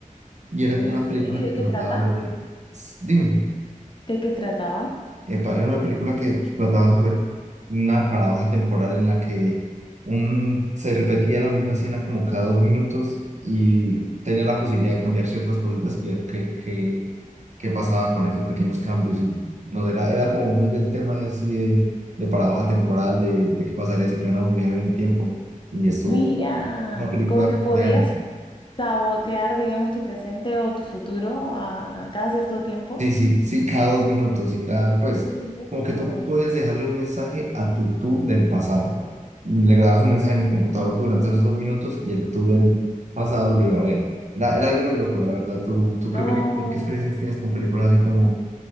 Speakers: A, on the right; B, on the left.
A: y era
B: ¿en
A: como una
B: serio?
A: película
B: ¿Y
A: que
B: de
A: trataba
B: qué trata?
A: sobre... Dime.
B: ¿De qué trataba?
A: Epa, era una película que trataba sobre una paradoja temporal en la que un, se repetía la misma escena como cada dos minutos y tenía la posibilidad de cambiar ciertas cositas y ver qué, qué, qué pasaba con esos pequeños cambios. Y nos era, era como muy del tema de, sí, de, de paradoja temporal, de, de qué pasaría si plena un viaje en el tiempo. Y estuvo
B: Mira,
A: pues, una película,
B: como que podías
A: vean,
B: sabotear, digamos, tu presente o tu futuro a cada cierto tiempo.
A: Sí, sí, sí, cada dos minutos. Y era, pues,
B: Qué loco.
A: como que tú podías dejarle un mensaje a tu tú del pasado. Le grababas un mensaje en el computador durante esos dos minutos y el tú del pasado lo iba a ver. Era, era algo muy loco, la verdad. ¿Tú, tú qué,
B: No,
A: película- qué experiencias tienes con películas así como